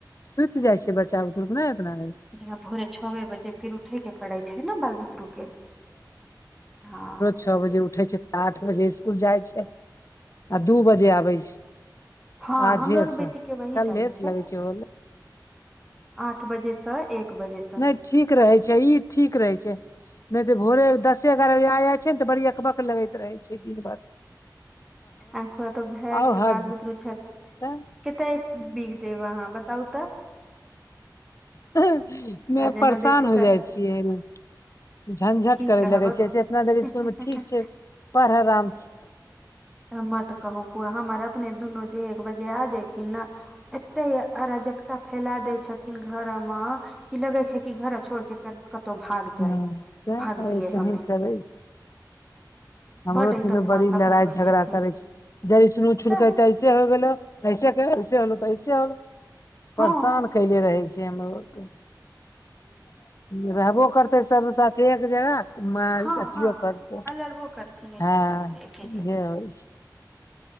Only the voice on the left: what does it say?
सुति जाइ छ बच्चा बुतरुके नहि एतना
छौ बजे उठे छै तऽ आठ बजे इसकुल जाय छै आ दू बजे आबे छ
आज
हे
स
कलहे
स लगै छै ह
न नै ठीक रहे छै ई ठीक रहे छै नहि तऽ भोरे दसे एगारह बजे आ जाय छै ने त बड़ी अकबक लगैत रहे छै दिन भर
आउ हज
तऽ
ह नै
परेशान
हो
जाइ छियै ने झंझट
करय
लगै छै इतना देर
इसकुल मे ठीक छै पढ आराम सँ
हं तै
सही
ने करै हमरो
तीनो बड़ी
लड़ाइ
झगड़ा
करै छै जड़सन छड़क
ऐसे हो गेलो ऐसे ऐसे होलो त ऐसे होलो
परेशान कहले रहै छै हमरो आर के रहबो करते सब साथ एक जगह माल
अथियो
करते
हँ
इहे
होइ छै